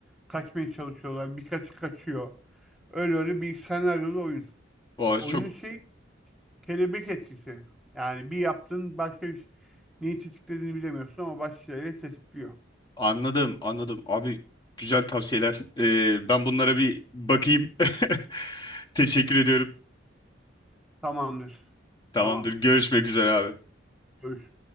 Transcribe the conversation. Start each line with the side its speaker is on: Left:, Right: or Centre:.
Centre: Kaçmaya çalışıyorlar. Birkaçı kaçıyor. Öyle öyle bir senaryolu oyun.
Left: Vay,
Centre: Oyunun
Left: çok
Centre: şeyi kelebek etkisi. Yani bir yaptın başka bir neyi tetiklediğini bilemiyorsun ama başka şeyleri tetikliyor.
Left: Anladım, anladım. Abi güzel tavsiyeler. Ee, ben bunlara bir bakayım. <laughs> Teşekkür ediyorum.
Centre: Tamamdır.
Left: Tamamdır.
Centre: Tamamdır.
Left: Görüşmek üzere abi.
Centre: Görüş.